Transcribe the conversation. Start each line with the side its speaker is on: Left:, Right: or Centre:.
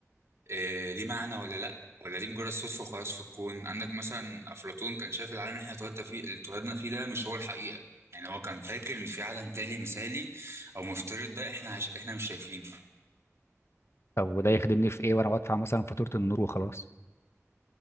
Right: إيه ليه معنى ولا لأ ولا دي مجرد صدفة وخلاص في الكون عندك مثلا أفلاطون كان شايف العالم اللي احنا اتولدنا فيه اللي اتولدنا فيه ده مش هو الحقيقة يعني هو كان فاكر إن في عالم تاني مثالي أو مفترض ده احنا هش... احنا مش شايفينه
Left: طب وده يخدمني في ايه وانا بدفع مثلا فاتوره النور وخلاص